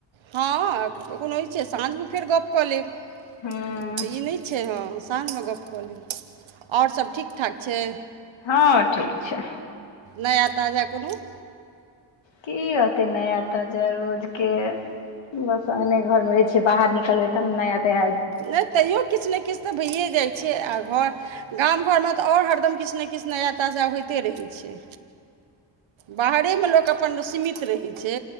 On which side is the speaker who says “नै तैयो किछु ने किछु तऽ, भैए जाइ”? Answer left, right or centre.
Right